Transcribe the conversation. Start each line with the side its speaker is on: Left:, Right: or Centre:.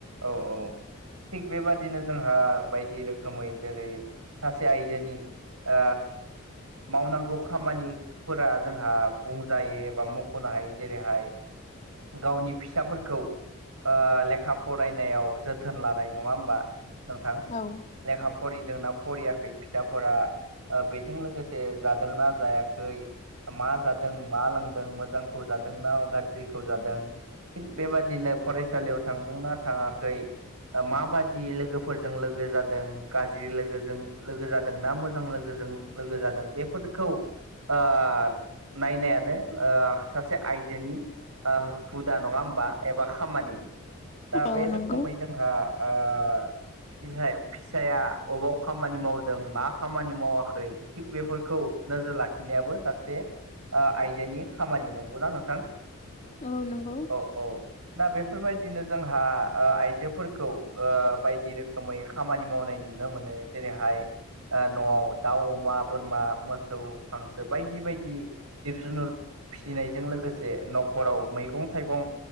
Right: औ औ। थिग बेबादिनो जोंहा बायदि रोखोमै जेरै सासे आयजोनि ओ मावनांगौ खामानिफोरा जोंहा बुंजायो एबा मख'नो हायो जेरैहाय गावनि फिसाफोरखौ ओ लेखा फरायनायाव जोथोन लानाय नङा होमबा। नोंथां
Left: औ
Right: लेखा फरिदों ना फरियाखै फिसाफोरा ओ बेजों लोगोसे जादोंना जायाखै मा जादों मा लोंदों मोजांखौ जादों ना गाज्रिखौ जादों। थिग बेबादिनो फरायसालियाव थांदोंना थाङाखै माबादि लोगोफोरजों लोगो जादों गाज्रि लोगोजों लोगो जादों ना मोजां लोगो जों लोगो जादों बेफोरखौ ओ नायनायानो ओ सासे आइजोनि ओ हुदा नङा होमबा बा खामानि दा
Left: औ
Right: बे
Left: नंगौ
Right: रोखोमै जोंहा ओ फिजाय फिसाया अबाव खामानि मावदों मा खामानि मावाखै थिग बेफोरखौ नोजोर लाखिनायाबो सासे ओ आइजोनि खामानि नंगौना नोंथां
Left: औ नंगौ
Right: औ औ दा बेफोरबायदिनो जोंहा ओ आइजोफोरखौ ओ बायदि रोखोमै खामानि मावनाय नुनो मोनो जेरैहाय ओ न'आव दाउ अमा बोरमा मोसौ हांसो बायदि बायदि जिब जुनुर फिसिनायजों लोगोसे न'खराव मैगं-थायगं